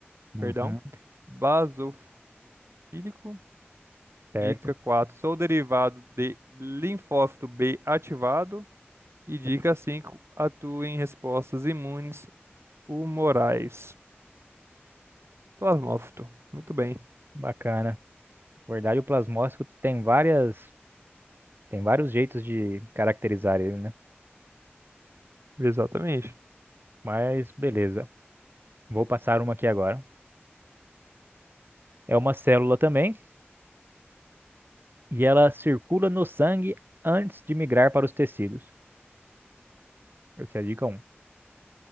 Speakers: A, on the right (about 55°); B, on the right (about 80°).
A: Uhum,
B: perdão, basofílico Fílico.
A: certo?
B: Dica 4: Sou derivado de linfócito B ativado. E dica 5: Atuo em respostas imunes humorais. Plasmófito. Muito bem.
A: Bacana. Na verdade, o plasmócito tem várias, tem vários jeitos de caracterizar ele, né?
B: Exatamente.
A: Mas beleza. Vou passar uma aqui agora. É uma célula também, e ela circula no sangue antes de migrar para os tecidos. Essa é a dica 1.